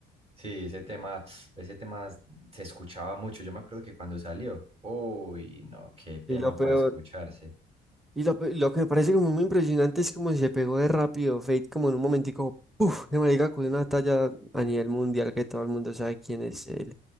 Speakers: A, on the right (about 35°); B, in the centre.
A: sí, ese tema, ese tema se escuchaba mucho. Yo me acuerdo que cuando salió, uy, no, qué tema
B: Y lo peor,
A: para escucharse.
B: Y lo, pe- lo que me parece como muy impresionante es como si se pegó de rápido Fate, como en un momentico, ¡puf! de marica con una talla a nivel mundial que todo el mundo sabe quién es él.